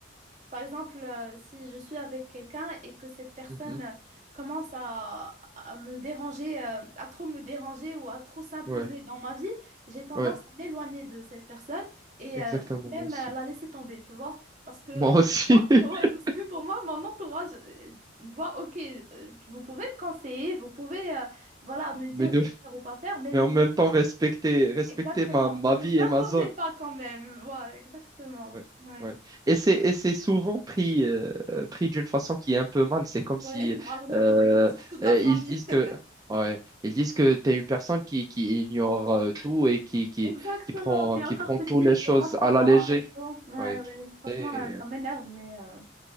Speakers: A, on the right; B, on the right.
A: Par exemple, euh, si je suis avec quelqu'un et que cette personne
B: Mhm.
A: euh, commence à, à me déranger, euh, à trop me déranger ou à trop s'imposer
B: Ouais,
A: dans ma vie, j'ai tendance
B: ouais.
A: à m'éloigner de cette personne et
B: Exactement,
A: euh, même
B: moi aussi.
A: euh, la laisser tomber, tu vois. Parce que,
B: Moi aussi.
A: Oh,
B: <laughs>
A: <laughs> ouais, parce que pour moi, mon entourage euh, doit, ok, euh, vous pouvez me conseiller, vous pouvez, euh, voilà, me dire
B: Mais, de-
A: de faire ou pas faire, mais
B: mais
A: ne,
B: en
A: m-
B: même temps, respecter, respecter
A: exactement,
B: ma, ma
A: ne vous
B: vie
A: imposez
B: et ma zone.
A: pas quand même. Ouais, exactement.
B: Ouais,
A: Ouais.
B: ouais. Et c'est, et c'est souvent pris, euh, euh, pris d'une façon qui est un peu mal. C'est comme si
A: Ouais, <laughs> malheureusement,
B: euh,
A: surtout de la
B: euh,
A: famille.
B: ils disent que,
A: <laughs>
B: ouais, ils disent que tu es une personne qui, qui ignore euh, tout et qui, qui,
A: Exactement,
B: qui prend,
A: t'es
B: qui
A: encore
B: prend
A: petite,
B: toutes les
A: tu
B: choses
A: veux pas savoir
B: à la légère.
A: et tout. Ouais,
B: Ouais.
A: ouais, franchement,
B: Et,
A: là,
B: euh,
A: ça m'énerve, mais, euh,